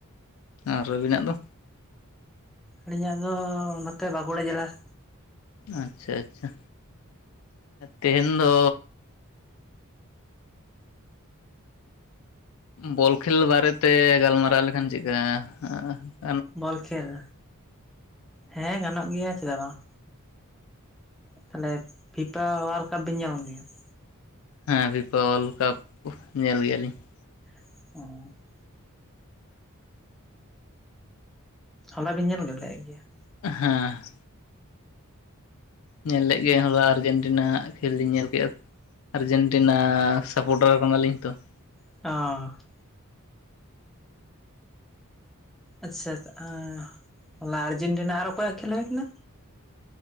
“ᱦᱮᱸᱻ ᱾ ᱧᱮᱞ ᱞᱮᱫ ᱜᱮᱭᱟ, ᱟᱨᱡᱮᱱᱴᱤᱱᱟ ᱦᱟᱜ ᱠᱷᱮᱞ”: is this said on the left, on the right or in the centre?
Left